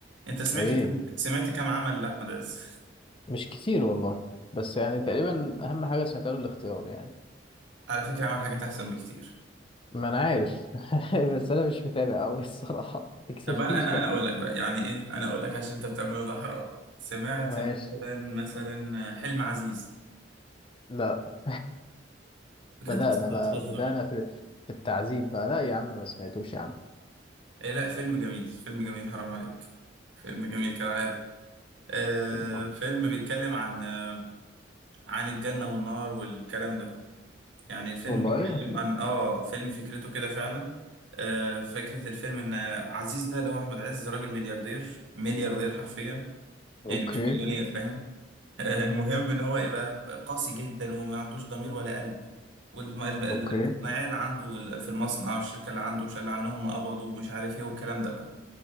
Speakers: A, on the right; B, on the left.
A: انت سمعت
B: ايه
A: كم سمعت كم عمل لاحمد عز
B: مش كتير والله بس يعني تقريبا اهم حاجه سمعتها له الاختيار يعني
A: <laughs> على فكره عمل حاجات احسن بكتير
B: ما انا عارف <laughs> بس انا مش متابع قوي الصراحه ما تكسفنيش
A: طب انا انا
B: بقى
A: انا اقول لك بقى يعني ايه انا اقول لك عشان انت بتعمل ده حرام سمعت
B: ماشي
A: مثلا مثلا حلم عزيز
B: لا <laughs>
A: بجد
B: بدأنا
A: انت بتهزر
B: بقى بدأنا في في التعذيب بقى لا يا عم ما سمعتوش يا عم
A: إيه لا فيلم جميل فيلم جميل حرام عليك فيلم جميل كالعاده آه
B: طب.
A: فيلم بيتكلم عن آه عن الجنه والنار والكلام ده يعني الفيلم
B: والله
A: بيتكلم عن اه فيلم فكرته كده فعلا آه فكرة الفيلم ان عزيز ده اللي هو احمد عز ده راجل ملياردير ملياردير حرفيا
B: اوكي
A: يعني مش مليونير فاهم <laughs> آه المهم ان هو يبقى قاسي جدا وما عندوش ضمير ولا قلب والصناعية
B: اوكي
A: اللي عنده وال- في المصنع والشركة اللي عنده شال عنهم قبضوا ومش عارف ايه والكلام ده بقى